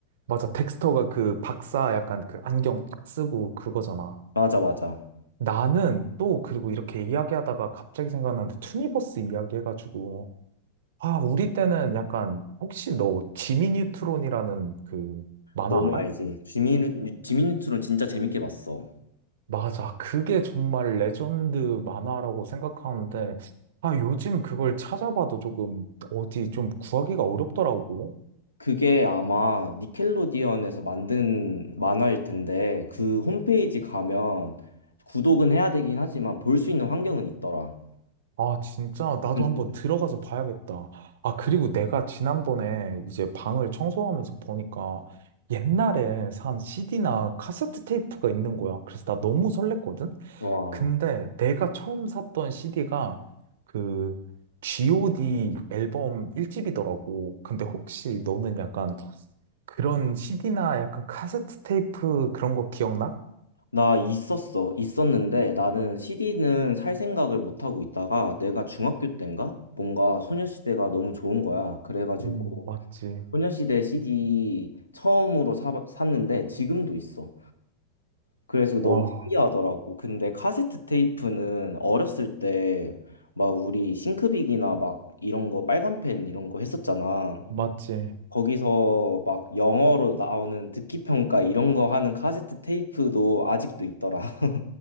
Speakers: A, on the right; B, on the left.
A: 맞아. 덱스터가 그 박사 약간 그 안경 딱 쓰고 그거잖아.
B: 맞아, 맞아.
A: 나는 또 그리고 이렇게 이야기하다가 갑자기 생각났는데 투니버스 이야기 해가지고 아 우리 때는 약간 혹시 너 지미 뉴트론이라는 그 만화
B: 너무
A: 알아?
B: 알지. 지미, 지미뉴트론 진짜 재밌게 봤어.
A: 맞아. 그게 정말 레전드 만화라고 생각하는데, 아, 요즘 그걸 찾아봐도 조금 어디 좀 구하기가 어렵더라고.
B: 그게 아마 니켈로디언에서 만든 만화일 텐데, 그 홈페이지 가면 구독은 해야 되긴 하지만 볼 수 있는 환경은 있더라.
A: 아, 진짜 나도
B: 응.
A: 한번 들어가서 봐야겠다. 아, 그리고 내가 지난번에 이제 방을 청소하면서 보니까 옛날에 산 CD나 카세트 테이프가 있는 거야. 그래서 나 너무 설렜거든?
B: 와,
A: 근데 내가 처음 샀던 CD가 그 G.O.D 앨범 1집이더라고. 근데 혹시 너는 약간 그런 CD나 약간 카세트 테이프 그런 거 기억나?
B: 나 있었어. 있었는데 나는 CD는 살 생각을 못 하고 있다가 내가 중학교 때인가? 뭔가 소녀시대가 너무 좋은 거야. 그래가지고
A: 음, 맞지.
B: 소녀시대 CD 처음으로 사, 샀는데 지금도 있어. 그래서 너무
A: 와,
B: 신기하더라고. 근데 카세트 테이프는 어렸을 때 막 우리 싱크빅이나 막 이런 거 빨간펜 이런 거 했었잖아.
A: 맞지.
B: 거기서 막 영어로 나오는 듣기 평가 이런 거 하는 카세트 테이프도 아직도 있더라. <laughs>